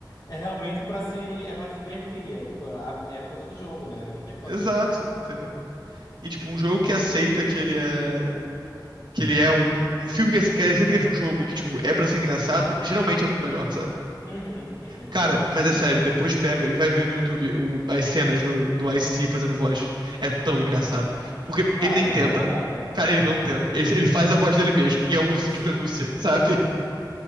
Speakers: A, on the left; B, on the right.
A: É realmente pra se. É pra se divertir. É tipo, a- é a coisa do jogo, né? Não tem o que fazer.
B: Exato, entendeu? E, tipo, um jogo que aceita que ele é... Que ele é um, um- um filme que, que aceita que é de um jogo e que, tipo, é pra ser engraçado, geralmente é muito melhor, sabe?
A: Uhum, uhum.
B: Cara, mas é sério, depois pega e vai ver no YouTube o- as cenas do, do Ice-T fazendo voz. É tão engraçado. Porque
A: Cara,
B: ele nem
A: eu
B: tenta.
A: vou dar uma olhada.
B: Cara, ele não tenta. Ele, ele faz a voz dele mesmo. E é um ursinho
A: <laughs>
B: de pelúcia, sabe?